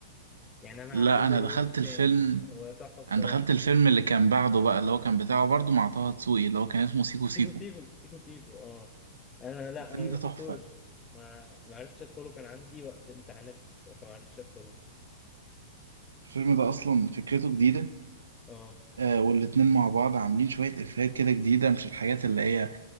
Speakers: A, on the left (about 20°); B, on the right (about 80°).
A: يعني أنا
B: لا
A: هعمل
B: انا
A: له ريواتش
B: دخلت الفيلم
A: تاني هو تحفة بصراحة
B: انا دخلت الفيلم اللي كان بعده بقى اللي هو كان بتاعه برضو مع طه دسوقي اللي هو كان اسمه سيكو سيكو
A: سيكو سيكو سيكو سيكو آه أنا لأ
B: الفيلم
A: أنا
B: ده
A: ما دخلتوش
B: تحفه
A: ما ما عرفتش أدخله كان عندي وقت امتحانات فما عرفتش أدخله
B: الفيلم ده اصلا فكرته جديده
A: آه
B: أه والاتنين مع بعض عاملين شويه افيهات كده جديده مش الحاجات اللي هي